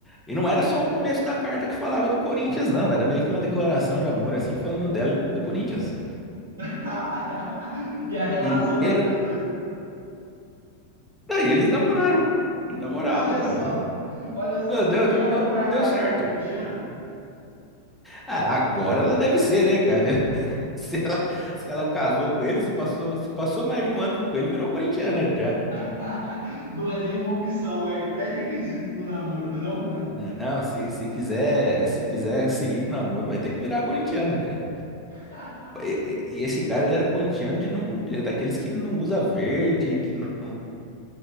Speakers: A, in the centre; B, on the right.
A: E não era só o começo da carta que falava do Corinthians, não. Era meio que uma declaração de amor, assim, falando dela e do Corinthians.
B: <laughs> e a relação
A: E
B: entre
A: eram.
B: os dois.
A: Daí eles namoraram. Namoravam,
B: Olha
A: cara.
B: só,
A: Eu...
B: olha só.
A: Meu, Deus,
B: E
A: Deu,
B: ela,
A: deu,
B: por acaso,
A: deu certo.
B: era corintiana?
A: Ah, agora ela deve ser, né, cara? <laughs> Se ela, se ela casou com ele, se passou, se passou mais de um ano com ele, virou corintiana já.
B: <laughs> não é nenhuma opção, é pré-requisito para o namoro, não é não?
A: Não, se, se quiser, se quiser seguir com o namoro, vai ter que virar corintiana, cara.
B: <laughs>
A: E e esse cara, ele era corintiano de não, de- daqueles que não usa verde, que não,